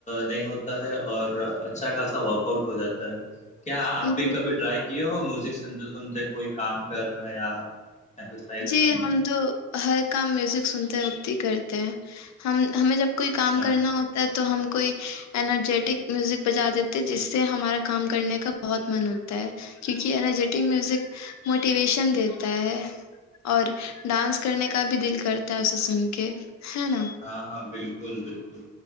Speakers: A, on the left; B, on the left.
A: نہیں ہوتا ہے اور اچھا خاصا ورک آؤٹ ہو جاتا ہے کیا آپ
B: جی
A: بھی کبھی ٹرائی ہو میوزک سنتے سنتے کوئی کام کرنا یا ایکسرسائز
B: جی
A: کرنا
B: ہم تو ہر کام میوزک سنتے وقتی کرتے ہیں ہم ہمیں جب کوئی
A: اچھا
B: کام کرنا ہوتا تو ہم کوئی انرجیٹک میوزک بجا دیتے جس سے ہمارا کام کرنے کا بہت من ہوتا ہے کیونکہ انرجیٹک میوزک موٹیویشن دیتا ہے اور ڈانس کرنے کا بھی دل کرتا ہے اسے سن کے ہے نا
A: ہاں ہاں بالکل بالکل